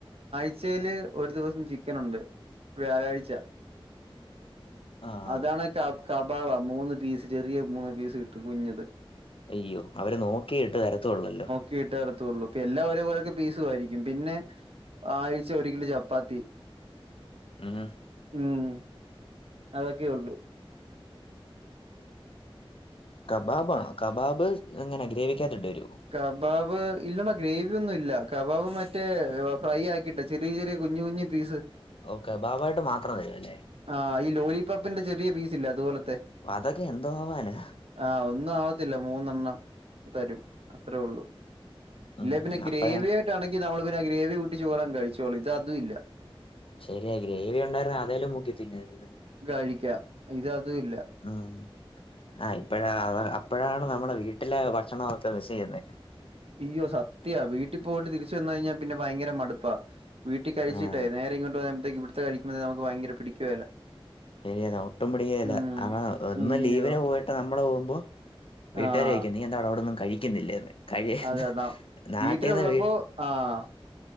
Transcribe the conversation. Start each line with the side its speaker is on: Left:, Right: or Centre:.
Right: ച്ചേല് ഒരു ദിവസം ചിക്കനുണ്ട് വ്യാഴാഴ്ച.
Left: ആഹ്.
Right: അതാണേ ക കബാവാ മൂന്ന് പീസ് ചെറിയ മൂന്ന് പീസ് കിട്ടും കുഞ്ഞത്.
Left: അയ്യോ അവര് നോക്കിയിട്ട് തരത്തു ള്ളല്ലോ.
Right: കീട്ടാരത്തൊള്ളു ഇപ്പയെല്ലാം ഒരേപോലത്തെ പീസുവായിരിക്കും പിന്നെ ആഴ്ചെയൊരിക്കല് ചപ്പാത്തി
Left: ഉംഹ്
Right: ഉം അതൊക്കെയൊള്ളു
Left: കബാബാണോ കബാബ് എങ്ങനെ ഗ്രേവിക്കാത്തിട്ടെരോ?
Right: കബാബ് ഇല്ലടാ ഗ്രേവിയൊന്നുല്ല കബാബ് മറ്റേ ഫ്രൈയാക്കിട്ട് ചെറിയ ചെറിയ കുഞ്ഞു കുഞ്ഞ് പീസ്
Left: ഓ കബാബായിട്ട് മാത്രവല്ലലേ?
Right: ആഹ ഈ ലോലിപോപ്പിന്റെ ചെറിയ പീസില്ലേ അതുപോലത്തെ
Left: അതൊക്കെ എന്തോ ആവാനാ?
Right: ആഹ് ഒന്നും ആവത്തില്ല മൂന്നെണ്ണം തരും അത്രേയൊള്ളു
Left: ഉം
Right: ഇല്ലേപിന്നെ ഗ്രേവിയായിട്ടാണെങ്കി
Left: അപ്പഴാ
Right: നമ്മള് പിന്നെ ആ ഗ്രേവി കൂട്ടി ചോറങ്ങ് കഴിച്ചോളും ഇത് അതുവില്ല
Left: ശെരിയാ ഗ്രേവിയൊണ്ടായിരുന്നേ അതേലും മുക്കി തിന്നായിര്ന്ന്
Right: കഴിക്കാം ഇത് അതുവില്ല
Left: ഉം ആഹ് ഇപ്പഴാ അപ്പഴാണ് നമ്മടെ വീട്ടിലെ ഭക്ഷണൊക്കെ മിസ്സെയ്യുന്നേ
Right: ഇയ്യോ സത്യയാ വീട്ടി പോയിട്ട് തിരിച്ച് വന്ന്കയിഞ്ഞാ പിന്നെ ഭയങ്കര മടുപ്പാ വീട്ടി കഴിച്ചിട്ടേ
Left: ആഹ്
Right: നേരെയിങ്ങോട്ട് വരുമ്പത്തേക്കും ഇവ്ടുത്തെ കഴിക്കുമ്പോതന്നെ നമുക്ക് ഭയങ്ക പിടിക്കുവേല
Left: ശെരിയാത് ഒട്ടും പിടിക്കേല
Right: ഉം.
Left: കാരണം ഒന്ന്
Right: അയ്യോ!
Left: ലീവിന് പോയിട്ട് നമ്മള് പോകുമ്പോ വീട്ടാര്
Right: ആഹ്.
Left: ചോയിക്കും നീ എന്താടാ അവിടൊന്നും കഴിക്കുന്നില്ലേന്ന് കഴി
Right: അതെ ന
Left: നാട്ടീന്ന്
Right: വീട്ടിലുള്ളപ്പോ
Left: വീ
Right: ആഹ്.